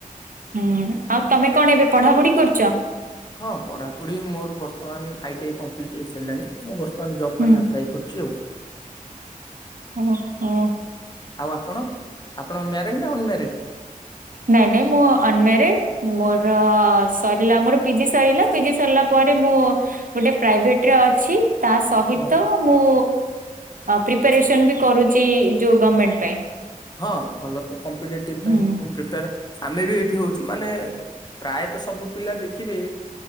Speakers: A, on the right; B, on the left.
A: ହୁଁ ଆଉ ତମେ କଣ ଏବେ ପଢାପଢି କରୁଛ?
B: ହଁ ପଢାପଢି ମୋର ବର୍ତ୍ତମାନ ଆଇଟି ଆଇ କମ୍ପ୍ଲିଟ ହେଇପାରିଲାଣି ମୁଁ ତ ଜବ
A: ହୁଁ
B: ପାଇଁ ଆପ୍ଲାଏ କରୁଛି ଆଉ।
A: ଓ ହ।
B: ଆଉ ଆପଣ ଆପଣ ମ୍ୟାରିଡ ନା ଅନମ୍ୟାରିଡ।
A: ନାଇଁ ନାଇଁ ମୁଁ ଅନମାରିଡ ମୋର ସରିଲା ମୋର ପିଜି ସରିଲା ପିଜି ସରିଲା। ପରେ ମୁଁ ଗୋଟେ ପ୍ରାଇଭେଟରେ ଅଛି ତା ସହିତ
B: ଆଜ୍ଞା
A: ମୁଁ ପ୍ରିପାରେସନ ବି କରୁଛି ଯୋଉ ଗଭର୍ଣମେଣ୍ଟ ପାଇଁ।
B: ହଁ ଭଲ ତ କମ୍ପିଟେଟିଭ
A: ହୁଁ
B: ପାଇଁ ପ୍ରିପୋର। ଆମେ ବି ଏଇଠି ହଉଛୁ ମାନେ ପ୍ରାୟତଃ ସବୁ ପିଲା ଦେଖିବେ।